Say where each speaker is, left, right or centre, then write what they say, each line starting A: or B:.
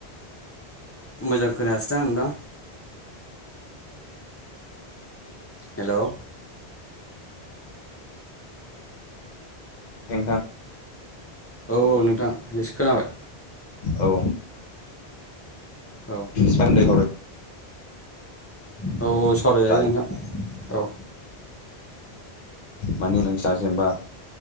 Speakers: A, on the left; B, on the left.
A: मोजां खोनायासै दां नोंथां हेल'
B: नोंथां
A: औ औ नोंथां एसे खोनाबाय
B: औ
A: औ
B: सान्दै हर
A: औ औ सावरायजायो
B: दायो
A: नोंथां औ
B: माने नोंस्रा जेनेबा